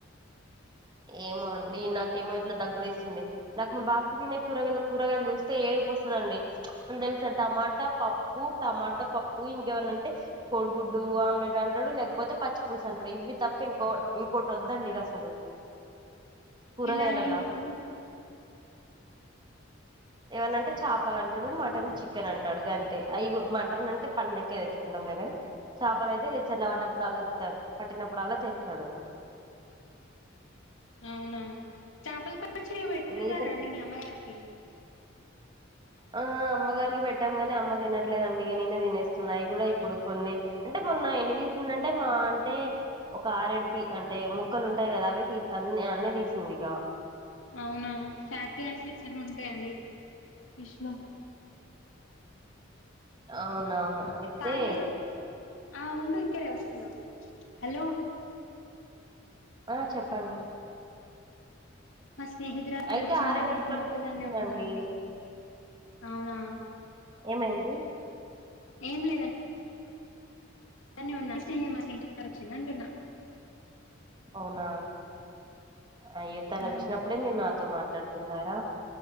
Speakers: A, on the right (about 25°); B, on the left (about 80°).
A: ఏమో అండి నాకేమో ఇట్లా దగ్గు లేస్తుంది నాకు మా బాప్ కు తినే కూరగాయలు కూరగాయలు చూస్తే ఏడు పోస్తుదండి తెలిసా టమాటా పప్ పప్పు టమాట పప్పు ఇంకేమన్నంటే కోడిగుడ్డు ఆమ్లెట్ అంటాడు లేకపోతే పచ్చి పూలుసు అంటాడు ఇవి తప్ప ఇంకో ఇంకోటి వద్దండి అసలు కూరగాయలలా
B: ఎలా అండి మరి
A: ఏవనంటే చేపలు అంటాడు మటన్ చికెన్ అంటాడు గంతే అవి మటన్ అంటే పండకే తెచ్చుకుంటాంలే గాని చాపాలు అయితే చెరువులో పడ్డప్పుడల్లా తేస్తాడు పట్టినప్పుడు అలా తేస్తాడు
B: అవునా చేపల పచ్చిర పెట్టేసారాండి
A: మిగతా
B: మీ అమ్మగారికి
A: ఆ అమ్మగారికి పెట్టాం గాని అమ్మ తినట్లేదు అండి ఇగ నేనే తినేస్తున్నా అయి కూడా ఇప్పుడు కొన్ని అంటే మొన్న ఎన్ని తీసిందంటే మా అంటే ఒక ఆరెడుపి అంటే ముక్కలు ఉంటాయి కదా అవే తీ అన్ని అన్నే తీసింది ఇక
B: అవునా ఫ్యాటీ యాసిడ్స్ అన్నీ ఉంటాయండి ఫిష్ లో
A: అవునా అయితే
B: కార ఆ ఉండు ఇక్కడే వస్తున్నా హలో
A: ఆ చెప్పండి
B: మా స్నేహితురాలు
A: అయితే
B: వచ్చిందండి
A: ఆరేడు ముక్కలు
B: నే ఒక్కదాన్నే
A: తీసిందండి
B: ఉన్నానండి అవునా
A: ఏమైంది
B: ఏం లేదండి బాగానే ఉన్నా మా స్నేహితురాలు వచ్చింది అంటున్నా
A: అవునా అయ్యో తను
B: అవునండి
A: వచ్చినప్పుడే మీరు నాతో మాట్లాడుతున్నారా